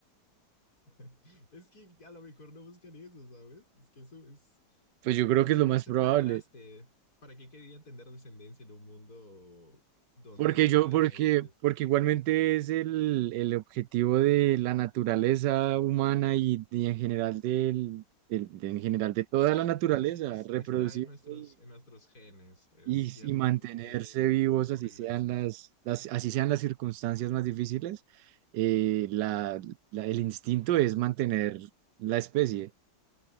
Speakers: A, on the left; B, on the right.
A: <laughs> es que a lo mejor no buscan eso, ¿sabes? Es que eso es,
B: pues yo creo
A: el
B: que es
A: mundo
B: lo más
A: se
B: probable.
A: fue al traste. ¿Para qué querían tener descendencia en un mundo donde
B: Porque
A: la
B: yo,
A: vida
B: porque,
A: es
B: porque igualmente es el, el objetivo de la naturaleza humana y, y en general del, del- de- en general de toda
A: cierto
B: la naturaleza,
A: Es, es-
B: reproducirse
A: está en nuestros,
B: y,
A: en nuestros genes. Es
B: y-
A: cierto
B: y mantenerse
A: que
B: vivos,
A: por sobrevivencia.
B: así sean las, las- así sean las circunstancias más difíciles, eh, la- la- el instinto es mantener la especie.